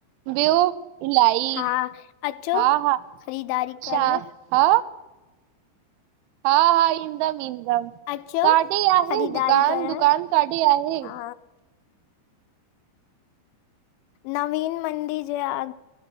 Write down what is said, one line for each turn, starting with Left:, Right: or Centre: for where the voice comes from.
Right: ॿियो इलाही
Left: हा अचो
Right: हा हा
Left: ख़रीदारी
Right: छा
Left: करण
Right: हा। हा हा ईंदम ईंदम
Left: अचो
Right: काॾे आहे
Left: ख़रीदारी
Right: दुकान
Left: करण
Right: दुकान काॾे आहे?
Left: हा नवीन मंडी जे आ